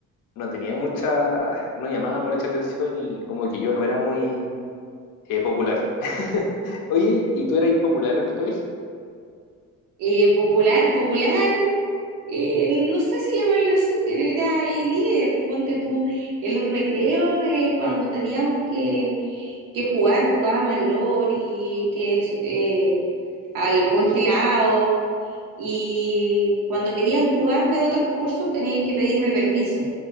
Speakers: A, on the left (about 80°); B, on the right (about 85°).
A: no tenía mucha, no llamaba mucha atención y como que yo no era muy eh, popular. <laughs> Oye, ¿y tú eras popular en el colegio?
B: Eh, popular, popular, eh, no sé si llamarlo así, pero era el líder. Ponte tú en los recreos eh, cuando teníamos que que jugar, jugábamos al lori, que es eh, al congelado, y cuando querían jugar de otros cursos tenían que pedirme permiso.